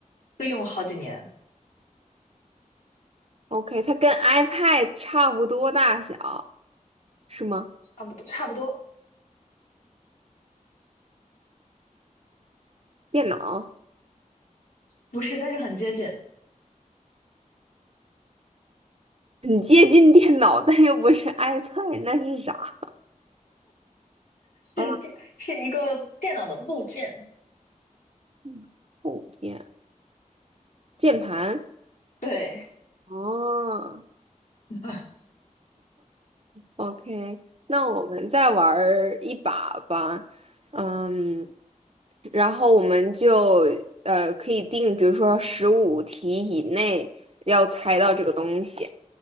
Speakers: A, on the left; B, on the right.
A: 可以用好几年，
B: ？OK，它跟 iPad 差不多大小，是吗？
A: 差不多差不多，
B: 电脑，
A: 不是，但是很接近，
B: 很接近电脑，但又不是 iPad，那是啥？
A: 是电是一个电脑的部件。
B: 啊。嗯后天键盘
A: 对，
B: 哦
A: <laughs>
B: ，OK，那我们再玩儿一把吧，嗯，然后我们就呃可以定，比如说十五题以内要猜到这个东西。